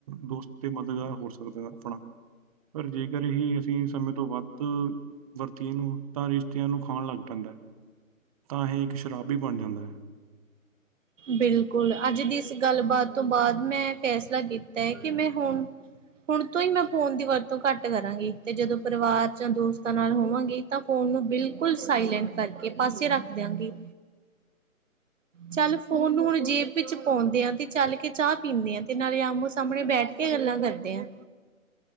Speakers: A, on the right; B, on the right.
A: ਦੋਸਤ ਤੇ ਮਦਦਗਾਰ ਹੋ ਸਕਦਾ ਆਪਣਾ, ਪਰ ਜੇ ਅਗਰ ਇਹੀ ਅਸੀਂ ਸਮੇਂ ਤੋਂ ਵੱਧ ਵਰਤੀਏ ਏਨੂੰ ਤਾਂ ਰਿਸ਼ਤਿਆਂ ਨੂੰ ਖਾਣ ਲੱਗ ਪੈਂਦਾ। ਤਾਂ ਇਹ ਇੱਕ ਸ਼ਰਾਬੀ ਬਣ ਜਾਂਦਾ ਐ।
B: ਬਿਲਕੁਲ ਅੱਜ ਦੀ ਇਸ ਗੱਲਬਾਤ ਤੋਂ ਬਾਅਦ ਮੈਂ ਫੈਸਲਾ ਕੀਤਾ ਐ ਕਿ ਮੈਂ ਹੁਣ ਹੁਣ ਤੋਂ ਹੀ ਮੈਂ ਫ਼ੋਨ ਦੀ ਵਰਤੋਂ ਘੱਟ ਕਰਾਂਗੀ ਤੇ ਜਦੋਂ ਪਰਿਵਾਰ ਜਾਂ ਦੋਸਤਾਂ ਨਾਲ ਹੋਵਾਂਗੀ। ਤਾਂ ਫੋਨ ਨੂੰ ਬਿਲਕੁਲ ਸਾਈਲੈਂਟ ਕਰਕੇ ਪਾਸੇ ਰੱਖ ਦਿਆਂਗੀ। ਚੱਲ ਫੋਨ ਨੂੰ ਹੁਣ ਜੇਬ ਵਿੱਚ ਪਾਉਂਦੇ ਆ ਤੇ ਚੱਲ ਕੇ ਚਾਹ ਪੀਂਦੇ ਆ ਤੇ ਨਾਲੇ ਆਮੋ-ਸਾਹਮਣੇ ਬੈਠ ਕੇ ਗੱਲਾਂ ਕਰਦੇ ਆਂ